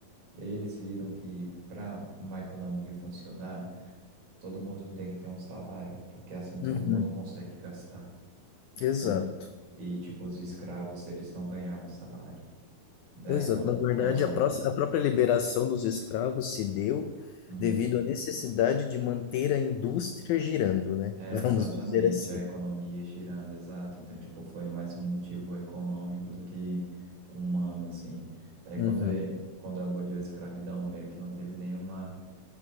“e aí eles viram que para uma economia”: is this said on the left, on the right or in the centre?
Right